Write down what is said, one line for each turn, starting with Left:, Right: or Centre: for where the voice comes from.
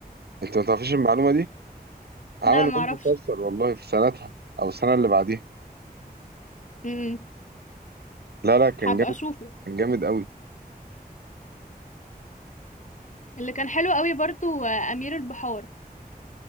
Right: انت ما تعرفيش المعلومه دي عملوا
Left: لا ما
Right: منه
Left: اعرفش
Right: مسلسل والله في سنتها او السنه اللي بعديها
Left: امم
Right: لا لا كان
Left: هبقى
Right: جامد
Left: اشوفه
Right: كان جامد قوي
Left: اللي كان حلو قوي برضو آه، امير البحار